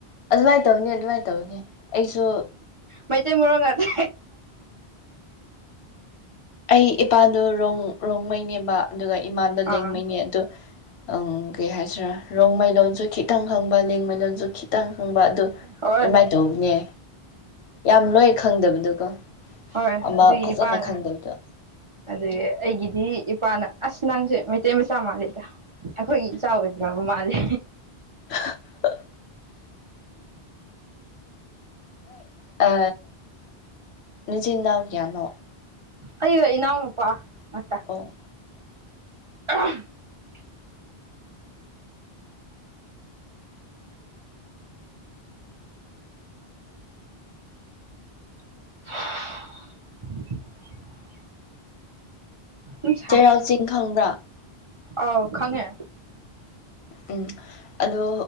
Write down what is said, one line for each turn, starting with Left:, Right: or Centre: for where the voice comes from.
Left: ꯑꯗꯨꯃꯥꯏꯅ ꯇꯧꯅꯤ ꯑꯗꯨꯃꯥꯏꯅ ꯇꯧꯅꯤ ꯑꯩꯁꯨ
Right: ꯃꯩꯇꯩ ꯃꯣꯡ ꯉꯗ
Left: ꯑꯩ ꯏꯄꯥꯗꯣ ꯔꫭꯡ ꯔꯣꯡꯃꯩꯅꯦꯕ ꯑꯗꯨꯒ ꯏꯃꯥꯗꯣ
Right: ꯑꯥ
Left: ꯂꯦꯡꯃꯩꯅꯦ ꯑꯗꯨ ꯪ ꯀꯩ ꯍꯥꯏꯁꯤꯔꯥ ꯔꯣꯡꯃꯩ ꯂꯣꯟꯁꯨ ꯈꯤꯇꯪ ꯈꯪꯕ ꯂꯦꯡꯃꯩꯂꯣꯟ ꯁꯨ ꯈꯤꯇꯪ ꯈꯪꯕ ꯑꯗꯨ
Right: ꯍꯣꯏ
Left: ꯑꯗꯨꯃꯥꯏꯅ ꯇꯧꯕꯅꯦ ꯌꯥꯝ ꯂꯣꯏ ꯈꯪꯗꯕꯗꯨꯀꯣ
Right: ꯍꯣꯏ
Left: ꯑꯃ
Right: ꯑꯗꯨꯒꯤ
Left: ꯐꯖꯅ
Right: ꯏꯄꯥꯅ
Left: ꯈꯪꯗꯕꯗꫭ
Right: ꯑꯗꯨꯒꯤ ꯑꯩꯒꯤꯗꯤ ꯏꯄꯥꯅ ꯑꯁ ꯅꯪꯁꯦ ꯃꯩꯇꯩ ꯃꯆꯥ ꯃꯥꯜꯂꯤꯗ ꯑꯩꯈꯣꯏꯒꯤ ꯏꯆꯥ ꯑꫭꯏꯗ꯭ꯔꯥꯕ ꯃꯥꯂꯤ
Left: <inaudible> ꯑ ꯅꯆꯤꯟꯅꯥꯎ ꯀꯌꯥꯅꯣ
Right: ꯑꯩꯒ ꯏꯅꯥꯎꯄꯥ ꯃꯠꯇ
Left: ꯑꯣ
Right: <inaudible> <inaudible> ꯎ ꯁ
Left: ꯆꯩꯔꯥꯎ ꯆꯤꯡ ꯈꯪꯕ꯭ꯔꯥ
Right: ꯑꯥꯎ ꯈꯉꯦ
Left: ꯎꯝ ꯑꯗꯣ